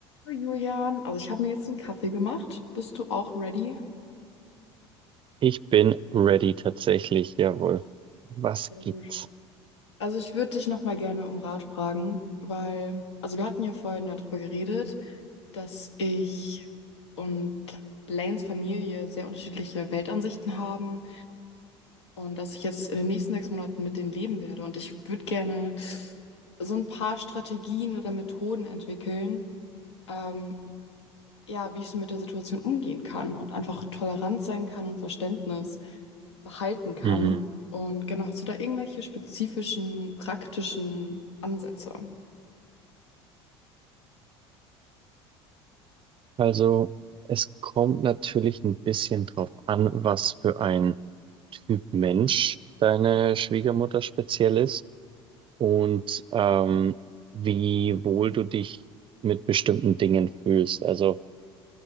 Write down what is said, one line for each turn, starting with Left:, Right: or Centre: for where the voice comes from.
Left: Hallo Julian, also ich habe mir jetzt einen Kaffee gemacht. Bist du auch ready?
Right: Ich bin ready tatsächlich, jawohl. Was
Left: Sehr
Right: gibt's?
Left: gut. Also ich würde dich nochmal gerne um Rat fragen, weil, also wir hatten ja vorhin darüber geredet, dass ich und Lanes Familie sehr unterschiedliche Weltansichten haben und dass ich jetzt in den nächsten sechs Monaten mit denen leben werde. Und ich würde gerne so ein paar Strategien oder Methoden entwickeln, ähm, ja, wie ich so mit der Situation umgehen kann und einfach tolerant sein kann und Verständnis behalten kann.
Right: Mhm.
Left: Und genau, hast du da irgendwelche spezifischen, praktischen Ansätze?
Right: Also, es kommt natürlich ein bisschen drauf an, was für ein Typ Mensch deine Schwiegermutter speziell ist und ähm, wie wohl du dich mit bestimmten Dingen fühlst. Also,